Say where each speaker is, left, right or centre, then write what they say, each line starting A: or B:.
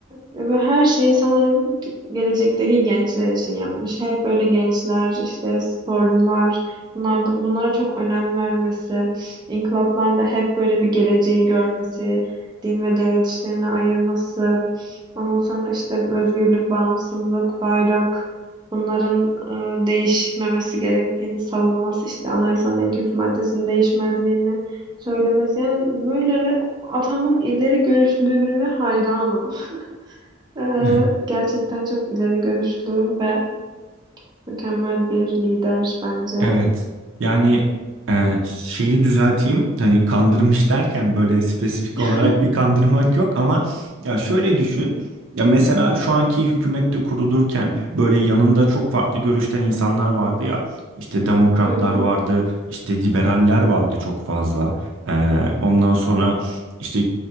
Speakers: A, on the right; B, on the right.
A: ve her şeyi sanırım ki- gelecekteki gençler için yapmış. Hep böyle gençler, işte sporcular, bunlar da- bunlara çok önem vermesi, inkılaplarda hep böyle bir geleceği görmesi, din ve devlet işlerine ayırması, ondan sonra işte özgürlük, bağımsızlık, bayrak bunların e, değişmemesi gerektiğini savunması, işte anayasanın ilk üç maddesinin değişmezliğini söylemesi. Yani böyle atamın ileri görüşlülüğüne hayranım. E,
B: <laughs>
A: gerçekten çok ileri görüşlü ve mükemmel bir lider bence.
B: Evet. Yani e, şeyi düzelteyim. Hani kandırmış derken böyle spesifik
A: <laughs>
B: olarak bir kandırmak yok ama ya şöyle düşün. Ya mesela şu anki hükümette kurulurken böyle yanında çok farklı görüşten insanlar vardı ya. İşte demokratlar
A: Hı hı.
B: vardı, işte liberaller vardı çok fazla. E, ondan sonra işte